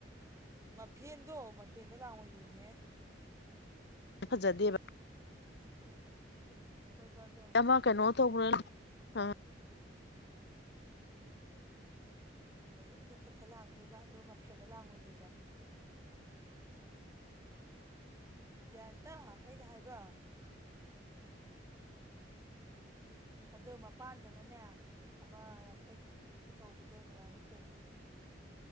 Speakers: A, on the right (about 15°); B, on the left (about 65°).
A: ꯃꯐꯦꯟꯗꯣ ꯃꯐꯦꯟꯗ ꯂꯥꯡꯑꯣꯏꯗꯣꯏꯅꯦ
B: ꯐꯖꯗꯦꯕ
A: ꯍꯣꯏꯕ ꯑꯗꯣ
B: ꯑꯃ ꯀꯩꯅꯣ ꯇꯧꯕꯥꯅꯥ ꯍꯥꯥ
A: ꯃꯌꯨꯡꯗ ꯈꯛꯇ ꯂꯥꯡꯗꯣꯏꯕ ꯑꯗꯨꯒ ꯃꯐꯦꯟꯗ ꯂꯥꯡꯉꯣꯏꯗꯣꯏꯕ ꯒ꯭ꯌꯥꯟꯇꯥ ꯑꯩꯅ ꯍꯥꯏꯕꯥ ꯑꯗ‌ꯣ ꯃꯄꯥꯟꯗꯅꯅꯦ ꯑꯃ ꯑꯩꯈꯣꯏ ꯇꯧꯕꯤ ꯑꯗꯨ ꯑꯗꯨꯃꯥꯏ ꯇꯧꯗ‌ꯣꯏꯔꯣ